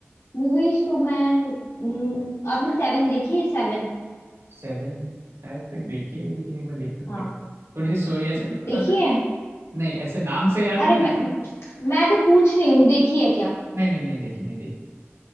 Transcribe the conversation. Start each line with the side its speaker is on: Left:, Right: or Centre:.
Left: मूवीज तो मैं हम्म, आपने सेवन देखी है सेवन
Right: सेवन शायद तक देखी है लेकिन एक बार देखना पड़ेगा
Left: हाँ
Right: थोड़ी सी स्टोरी ऐसा
Left: देखी
Right: कुछ बता सकते
Left: है
Right: हैं? नहीं ऐसे नाम से याद
Left: अरे
Right: नहीं
Left: मैं
Right: आ रहा
Left: मैं तो पूछ रही हूँ देखी है क्या
Right: नहीं नहीं नहीं देखी नहीं देखी